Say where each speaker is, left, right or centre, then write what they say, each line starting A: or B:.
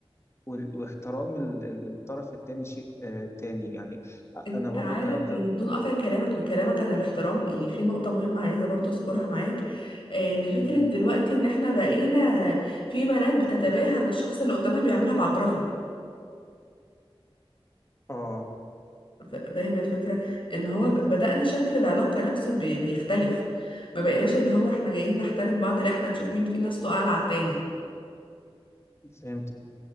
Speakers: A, on the left; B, on the left.
A: وال- واحترام ال- ال- الطرف التاني شيء آه، تاني يعني
B: انت
A: انا برضو
B: عارف
A: ك ك
B: يعني بدون قطع كلامك بكلامك عن الاحترام يعني في نقطة مهمة عايزة برضه اذكرها معاك آه، ان فكرة
A: قولي
B: دلوقتي
A: لي.
B: ان احنا بقينا في بنات بتتباهى ان الشخص اللي قدامها بيعملها بعجرفة
A: اه
B: ف- فاهم الفكرة ان هو ب- بدأنا شكل العلاقة نفسه بي- بيختلف ما بقيناش اللي هو احنا جايين نحترم بعض لا احنا نشوف مين فينا صوته اعلى على التاني
A: فهمت